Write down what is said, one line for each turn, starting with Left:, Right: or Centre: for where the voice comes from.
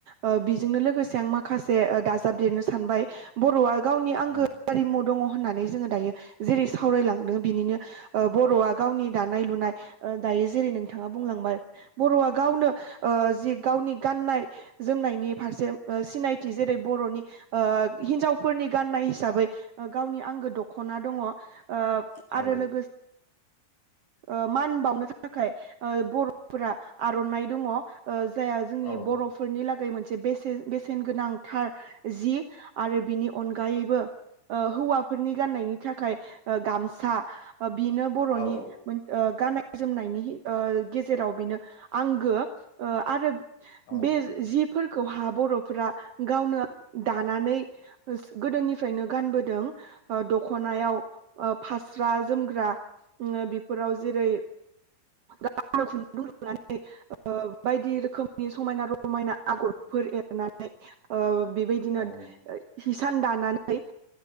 Right: ओ बेजोंनो लोगोसे आं माखासे ओ दाजाबदेरनो सानबाय बरआ। गावनि आंगो
Left: औ
Right: आरिमु दङ। होननानै जोङो दायो जेरै सावरायलांदों बिनिनो। बरआ गावनि दानाय लुनाय ओ दायो जेरै नोंथाङा बुंलांबाय बर आ गावनो जि गावनि गाननाय जोमनायनि फारसे सिनायथि जेरै बरनि हिन्जावफोरनि गाननाय हिसाबै। गावनि आंगो दखना दङ ओ
Left: औ
Right: आरो लो ओ मान बावनो थाखाय ओ बरफोरा आरनाइ दङ ओ जायहा जोंनि
Left: औ
Right: बरफोरनि लागै मोनसे बेसेन बेसेन गोनांथार जि आरो बिनि अनगायैबो ओ हौवाफोरनि गाननायनि थाखाय ओ गामसा। बिनो बरनि
Left: औ
Right: मोन ओ गाननाय जोमनायनि ओ गेजेराव बिनो। आंगो ओ आरो
Left: औ
Right: बे जि फोरखौहा बरफोरा गावनो दानानै गोदोनिफ्रायनो गानबोदों। ओ दखनायाव फास्रा जोमग्रा उम बेफोराव जेरै <unintelligible> खुन्दुं लुनानै बायदि रोखोमनि समायना रमायना आगरफोर एरनानै ओ बेबायदिनो
Left: औ
Right: हिसान दानानै